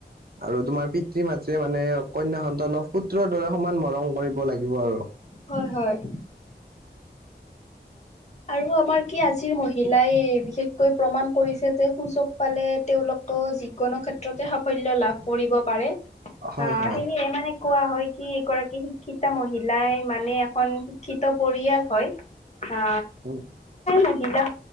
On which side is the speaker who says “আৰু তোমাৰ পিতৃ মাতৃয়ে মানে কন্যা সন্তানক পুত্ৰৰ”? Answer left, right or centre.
Right